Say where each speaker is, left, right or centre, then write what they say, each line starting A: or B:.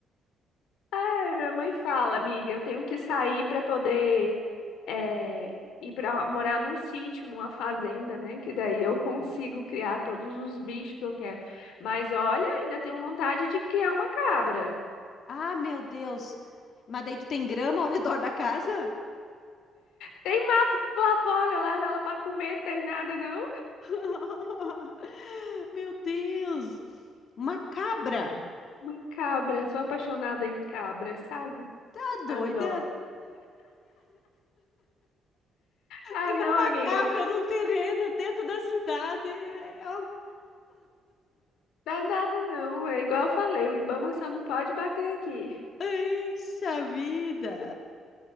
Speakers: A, on the left; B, on the left.
A: É, Minha mãe fala, amiga, eu tenho que sair para poder é, ir para morar num sítio, numa fazenda, né? Que daí eu consigo criar todos os bichos que eu quero. Mas olha, ainda tenho vontade de criar uma cabra.
B: Ah, meu Deus. Mas daí tu tem grama ao redor da casa?
A: Tem mato lá fora, eu levo ela pra comer, tem nada não?
B: <laughs> Meu Deus. Uma cabra.
A: Uma cabra, sou apaixonada em cabra, sabe?
B: Tá doida?
A: Adoro. Ah,
B: Criar
A: não,
B: uma
A: amiga,
B: cabra num terreno dentro da cidade. É uma
A: dá nada não. É igual eu falei, o Ibama só não pode bater aqui.
B: Ixi, a vida!